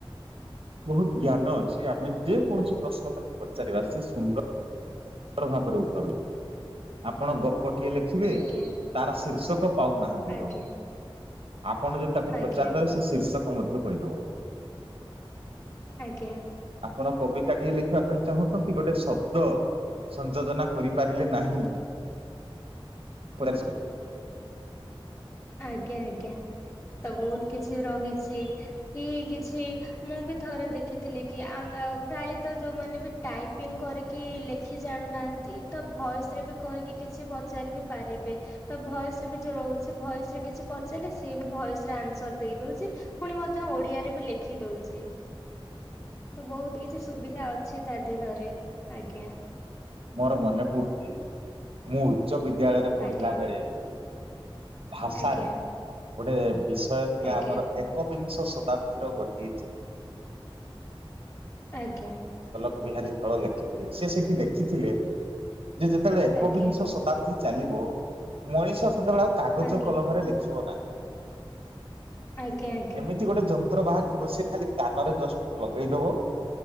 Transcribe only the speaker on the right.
ବହୁତ ଜ୍ଞାନ ଅଛି ଆମେ ଯେ କୌଣସି ପ୍ରଶ୍ନ ତାକୁ ପଚାରିବା ସିଏ ସୁନ୍ଦର ପ୍ରଭାବକରେ ଉତ୍ପାଦନ ଆପଣ ଗ ପ ଟିଏ ଲେଖିବେ
ତାର ଶୀର୍ଷ ପାଉନାହାନ୍ତି
ଭ୍ରମ। ଆପଣ ଯଦି ତାକୁ
ପଚାରିବେ ସେ ଶୀର୍ଷକ ମଧ୍ୟ କହିଦବ।
ଆପଣ କବିତାଟିଏ ଲେଖବା ପାଇଁ ଚାହୁଁଛନ୍ତି ଗୋଟେ ଶବ୍ଦ ସଂଯୋଜନା କରିପାରିଲେ ନାହିଁ। <unintelligible>
ମୋର ମନେ ପଡୁଚି ମୁଁ ଉଚ୍ଚ ବିଦ୍ୟାଳୟରେ ପଢିଲା
ବେଳେ ଭାଷାରେ
ଗୋଟେ ବି ବିଷୟ ଥିଲା
ଆମର ଏକ ବିିଂ ଶ ଶତାବ୍ଦୀର ଗୋଟିଏ ଚି
ବିହାରି ଧଳ ଲେଖିଥିଲେ, ସେ ସେଠି ଲେ ଲେଖି ଥିଲେ ଇଏ ଯେତେବେଳେ ଏକବିଂଶ
ଶତାବ୍ଦୀ ଚାଲିବ ମଣିଷ, ସେତେବେଳେ ଆଉ କାଗଜ
କଲମରେ ଲେଖିବ ନାହିଁ।
ଏମିତି ଗୋଟେ ଜମ୍, ପତ୍ର ବାହାରିଥିବ, ସେ ଖାଲି କାନରେ ଜଷ୍ଟ ଲଗେଇଦବ,